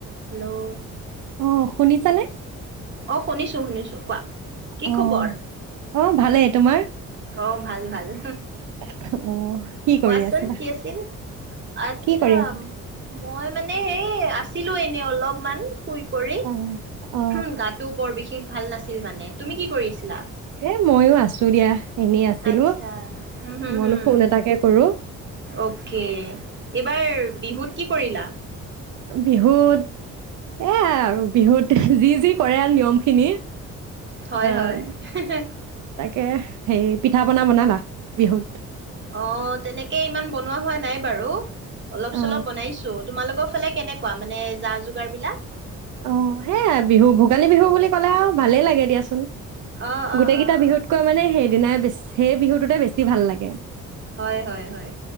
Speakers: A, on the right; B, on the right.
A: Hello
B: অ শুনিছানে?
A: অ শুনিছো-শুনিছো কোৱা কি
B: অ
A: খবৰ?
B: অ ভালেই তোমাৰ
A: অ ভাল-ভাল
B: অ কি কৰি
A: কোৱাচোন
B: আছিলা
A: কি আছিল? আচ্ছা
B: কি কৰি আছিলা
A: মই মানে এই আছ ছিলো এনেই অলপমান শুই কৰি
B: অ অ
A: হম গাটো বৰ বিশেষ ভাল নাছিল মানে তুমি কি কৰি আছিলা।
B: এ ময়ো আছো দিয়া। এনেই আছিলো
A: আচছা হম-হম-হম
B: মইলো ফোন এটাকে কৰো
A: অকে এইবাৰ বিহুত কি কৰিলা।
B: বিহুত এয়া আৰু বিহুত যি-যি কৰে নিয়ম খিনি,
A: হয়-হয়।
B: আহ
A: হিঃ হে
B: তাকে হেৰি পিঠা -পনা বনালা বিহুত?
A: অ, ' তেনেকে ইমান বনোৱা হোৱা নাই, বাৰু অলপ
B: অ
A: -চলপ বনাইছো। তোমালোকৰ ফালে কেনেকুৱা মানে যা- -যোগাৰ বিলাক?
B: অ ', সেইয়া বিহু ভোগালী বিহু বুলি ক'লে আৰু ভালেই লাগে দিয়াচোন,
A: অ
B: গোটেই
A: অ
B: কেইটা
A: অ
B: বিহুতকৈ
A: অ
B: মানে হেৰি, দিনাই সেই বিহুটোতে বেছি ভাল লাগে।
A: হয় হয় হয়